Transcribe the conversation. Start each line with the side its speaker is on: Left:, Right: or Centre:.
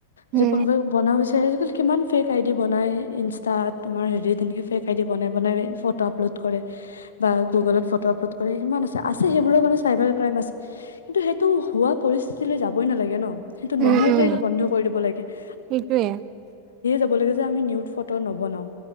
Right: উম,
Left: যে কোনোবাই বনাোৱা আজিকালি কিমান ফেক আইডি বনাই ইনষ্টাত তোমাৰ হেৰি তেনেকে ফেক আইডি বনাই বনাই ফটো আপলোড কৰে বা গুগলত ফটো আপলোড কৰে কিমান আছে আছে সেইবোৰৰ কাৰণে চাইবাৰ ক্ৰাইম আছে কিন্তু সেইটো হোৱা পৰিস্থিতিলৈ যাবই নালাগে ন <unintelligible> সেইটো
Right: উম,
Left: নহওঁতে
Right: উম,
Left: সেইটো বন্ধ কৰি দিব লাগে <unintelligible>
Right: সেইটোৱে
Left: াব ল যে আমি নিউ ফটো নবনাও